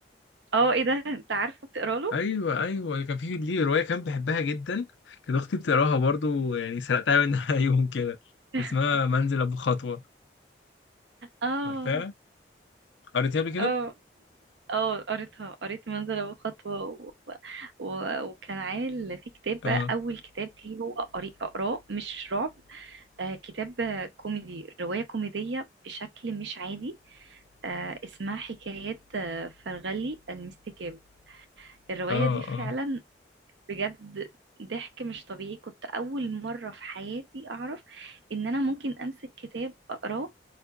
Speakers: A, on the right; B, on the left.
A: اه ايه ده انت عارفه بتقرا له
B: ايوه ايوه كان في ليه روايه كان بحبها جدا كانت اختي بتقراها برضو يعني سرقتها منها <laughs> يوم كده
A: <laughs>
B: اسمها منزل ابو خطوه
A: اه
B: عارفاها قريتها قبل كده
A: اه اه قريتها قريت منزل ابو خطوه و... و... وكان عامل في كتاب
B: اه
A: بقى اول كتاب ليه هو قري اقراه مش رعب آه كتاب كوميدي روايه كوميديه بشكل مش عادي آه اسمها حكايات آه فرغلي المستكاب الروايه
B: اه
A: دي فعلا
B: اه
A: بجد ضحك مش طبيعي كنت اول مره في حياتي اعرف ان انا ممكن امسك كتاب اقراه